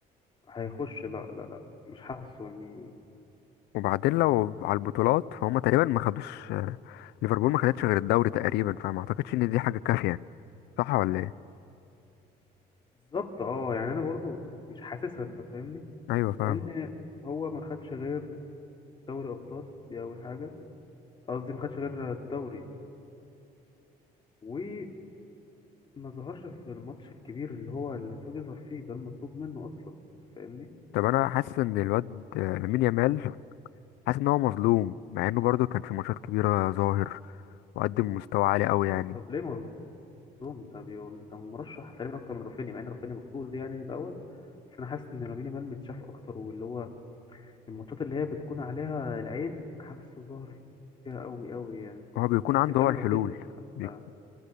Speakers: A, on the left (about 30°); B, on the left (about 85°).
A: هيخش لا لا لا مش حاسه يعني
B: وبعدين لو على البطولات فهم تقريبا ما خدوش آه، ليفربول ما خدتش غير الدوري تقريبا فما اعتقدش ان دي حاجه كافيه صح ولا ايه
A: بالظبط اه يعني أنا برضه مش حاسسها أنت فاهمني
B: ايوه
A: لان
B: فاهمه
A: هو ما خدش غير دوري ابطال دي اول حاجه قصدي ما خدش غير الدوري وما ظهرش في الماتش الكبير اللي هو اللي المفروض يظهر فيه ده المطلوب منه اصلا فاهمني
B: طب انا حاسس ان الواد آه، لامين يامال حاسس ان هو مظلوم مع انه برضه كان في ماتشات كبيره ظاهر وقدم مستوى عالي قوي يعني
A: طب ليه مظلوم ده بي- ده مرشح تقريبا اكتر من رافينيا مع ان رافينيا المفروض يعني الاول بس انا حاسس ان لامين يامال متشاف اكتر واللي هو الماتشات اللي هي بتكون عليها العين حاسه ظهر فيها قوي قوي يعني
B: هو بيكون
A: نفس
B: عنده
A: الكلام
B: هو الحلول
A: رافينيا انت
B: بيك-